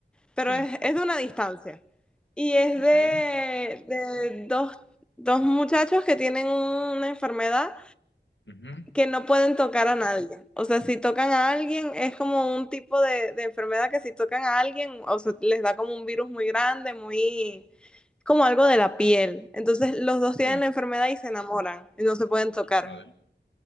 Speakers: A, in the centre; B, on the left.
A: pero
B: Sí,
A: es, es de una distancia. Y es
B: ok.
A: de, de dos, dos muchachos que tienen una enfermedad
B: ujú,
A: que no pueden tocar a nadie. O sea, si tocan a alguien, es como un tipo de, de enfermedad que si tocan a alguien, o sea, les da como un virus muy grande, muy... como algo de la piel. Entonces, los dos tienen
B: Sí,
A: la enfermedad y se enamoran y no se pueden tocar.
B: vale.